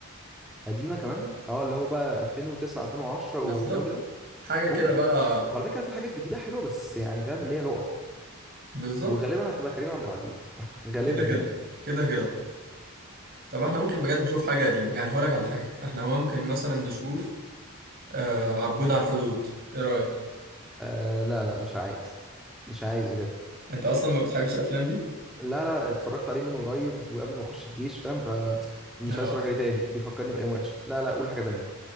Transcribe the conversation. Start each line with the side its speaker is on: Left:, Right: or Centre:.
Centre: قديمه كمان اه اللي هو بقى 2009 2010
Right: بالظبط
Centre: والجو ده
Right: حاجه كده
Centre: ممكن
Right: بقى
Centre: وعلى فكره في حاجات جديده حلوه بس يعني فاهم اللي هي لقط
Right: بالظبط
Centre: وغالبا هتبقى كريم عبد العزيز <laughs> غالبا
Right: كده كده
Centre: يعني
Right: كده كده طب احنا ممكن بجد نشوف حاجه قديمه يعني هقول لك على حاجه احنا ممكن مثلا نشوف آه عبود على الحدود ايه رايك
Centre: آه لا لا مش عايز مش عايز بجد
Right: انت اصلا ما بتحبش الافلام دي
Centre: لا لا اتفرجت عليه من قريب وقبل ما اخش الجيش فاهم فمش
Right: اه
Centre: عايز اتفرج عليه تاني بيفكرني بايام وحشه لا لا قول حاجه تانية